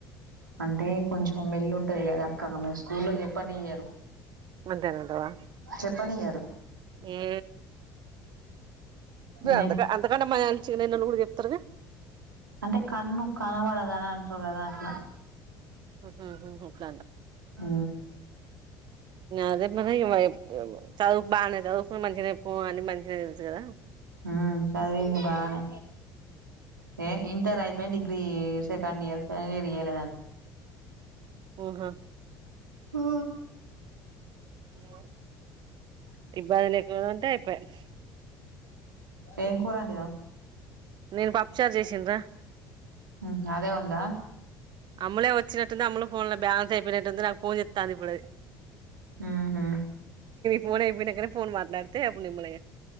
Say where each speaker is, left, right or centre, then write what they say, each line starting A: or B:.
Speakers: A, on the right; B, on the right.
A: అంటే కొంచెం మెల్లి ఉంటది కదా అక్కగా ఆమె స్కూల్లో చెప్పనియ్యారు
B: అంతే ఉంటవా
A: చెప్పనియ్యరు
B: ఇ
A: మెన్
B: అంత అంతక మ చి న నన్ను కూడా చెప్తారుగా
A: అంటే కన్ను కనబడద అని అంటారు కదా అట్లా
B: హ ఉక
A: ఆ
B: అదే మరి చదువు బాగునేయి చదువుకుని మంచిగాయి పో అని మంచిగా తెలుసు కదా
A: ఉమ్ చదివింది బానే ఏ ఇంటర్ అయిపో degree second year final year
B: ఓహ
A: ఆ
B: అ ఇబ్బందిలు ఎక్కువగా ఉంటే పస్
A: టేంకూరడిద
B: నేను పప్పుచార్ చేసింద్రా
A: మ్ అదే ఉందా
B: అమ్లే వచ్చినటుంది అమ్మ ఫోన్ లో బేాలన్స్ అయిపోయినటుంది నాకు ఫన్ చెత్తా అదు ఇప్పుడుది
A: ఆ హా
B: ఫోన్ అయినాకనే ఫోన్ మాట్లాడితే అప్పుడుమ్మలగా